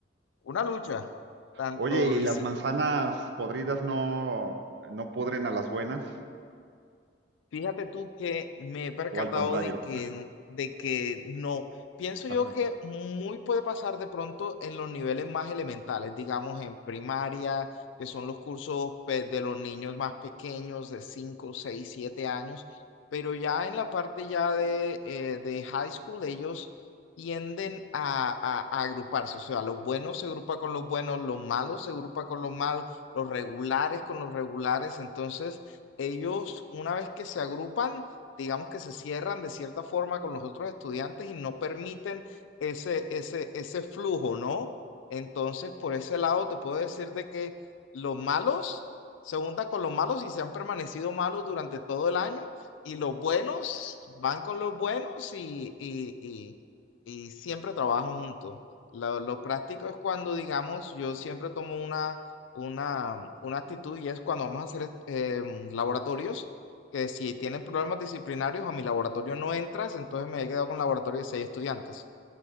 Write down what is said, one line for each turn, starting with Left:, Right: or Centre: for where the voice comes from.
Left: una lucha, tanto
Right: Oye, ¿y
Left: disci-
Right: las manzanas podridas no, no pudren a las buenas?
Left: Fíjate tú que me he percatado
Right: ¿O al contrario?
Left: de que, n- de que no. Pienso
Right: <laughs>
Left: yo que muy puede pasar de pronto en los niveles más elementales, digamos en primaria, que son los cursos pues, de los niños más pequeños, de cinco seis 7 años, pero ya en la parte ya de, eh, de high school, ellos tienden a, a- a agruparse, o sea, los buenos se agrupan con los buenos, los malos se agrupan con los malos, los regulares con los regulares, entonces ellos una vez que se agrupan, digamos que se cierran de cierta forma con los otros estudiantes y no permiten ese, ese, ese flujo, ¿no? Entonces, por ese lado, te puedo decir de que los malos se juntan con los malos y se han permanecido malos durante todo el año y los buenos van con los buenos y, y, y, y siempre trabajan juntos. Lo, lo práctico es cuando, digamos, yo siempre tomo una una, una actitud y es cuando vamos a hacer eh, laboratorios, que si tienen problemas disciplinarios a mi laboratorio no entras, entonces me he quedado con un laboratorio de seis estudiantes.